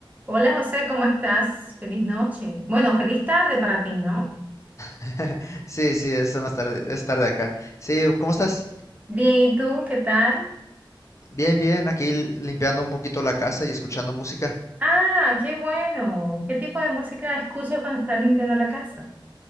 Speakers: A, on the right; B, on the left.
A: Hola José, ¿cómo estás? Feliz noche. Bueno, feliz tarde para ti, ¿no?
B: <laughs> Sí, sí, es más tarde, es tarde acá. Sí, ¿cómo estás?
A: Bien, ¿y tú qué tal?
B: Bien, bien, aquí limpiando un poquito la casa y escuchando música.
A: Ah, qué bueno. ¿Qué tipo de música escuchas cuando estás limpiando la casa?